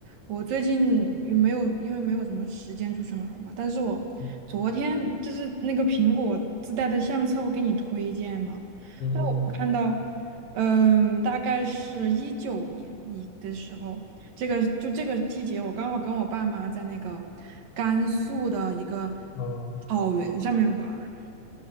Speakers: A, on the right (about 60°); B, on the left (about 80°).
A: 我最近也没有，因为没有什么时间出去玩儿嘛。但是我昨天就是那个苹果自带的相册，
B: 嗯
A: 我给你推荐嘛，
B: 嗯嗯，
A: 看到，嗯，大概是一九年一的时候，这个就这个季节，我刚好跟我爸妈在那个甘肃的一个
B: 哦，
A: 草原上面玩儿。